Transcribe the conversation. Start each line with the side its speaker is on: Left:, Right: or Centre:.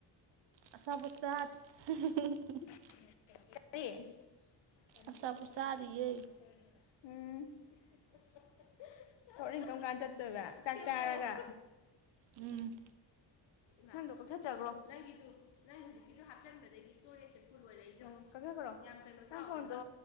Right: ꯑꯆꯥꯄꯣꯠ ꯆꯥ <unintelligible>
Left: ꯀꯔꯤ <unintelligible>
Right: ꯑꯆꯥꯄꯣꯠ ꯆꯥꯔꯤꯌꯦ
Left: ꯎꯝ <unintelligible> ꯍꯣꯔꯦꯟ ꯀꯔꯝ ꯀꯥꯟ ꯆꯠꯇꯣꯏꯕ ꯆꯥꯛ ꯆꯥꯔꯒ
Right: ꯎꯝ
Left: ꯅꯪꯗꯣ ꯀꯛꯊꯠꯆꯒꯔꯣ ꯅꯪꯒꯤꯗꯨ ꯅꯪ ꯍꯨꯖꯤꯛꯀꯤꯗꯨ ꯍꯥꯞꯆꯤꯟꯕꯗꯒꯤ ꯏꯁꯇꯣꯔꯦꯖꯁꯦ ꯐꯨꯜ ꯑꯣꯏꯔꯛꯏꯖꯦ ꯌꯦꯡꯎ ꯀꯛꯊꯠꯈ꯭ꯔꯣ ꯌꯥꯝ <unintelligible> ꯅꯪ ꯐꯣꯟꯗꯣ